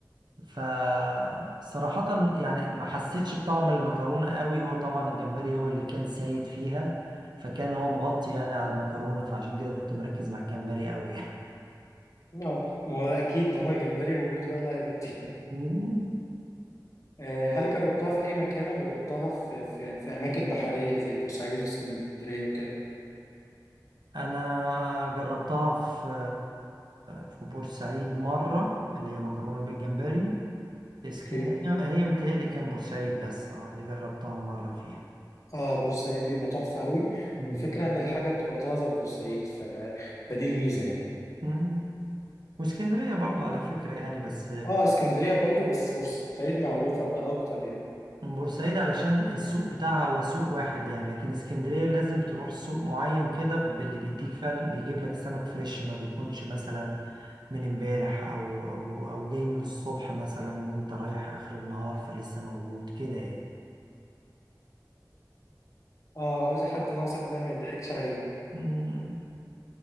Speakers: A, on the right; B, on the left.
A: فصراحة يعني ما حسيتش بطعم المكرونة قوي هو طبعا الجمبري هو اللي كان سايد فيها فكان هو مغطي يعني على المكرونة فعشان كده كنت مركز مع الجمبري قوي يعني
B: اه ما هو أكيد طالما الجمبري موجود هو اللي هيغطيه
A: مم.
B: آه، هل جربتها في أي مكان ولا جربتها في في في أماكن بحرية زي بورسعيد واسكندرية وكده؟
A: انا جربتها في في بورسعيد مرة اللي هي مكرونة بالجمبري اسكن
B: اوكي
A: هي متهيألي كان بورسعيد بس اه اللي جربتها مرة فيها
B: اه بورسعيد بيبقى تحفة أوي
A: مم.
B: والفكرة إن الحاجة بتبقى طازة في بورسعيد ف... فدي الميزة يعني
A: مم. واسكندرية برضو على فكرة يعني بس
B: اه اسكندرية برضو بس بورسعيد معروفة بده أكتر يعني
A: بورسعيد علشان السوق بتاعها هو سوق واحد يعني لكن اسكندرية لازم تروح سوق معين كده باللي بيديك فعلا بيجيب لك سمك فريش ما بيكونش مثلا من امبارح او او او جاي من الصبح مثلا وانت رايح اخر النهار فلسه موجود كده يعني
B: اه عاوز حد ناصح بقى ما يضحكش عليه
A: مم.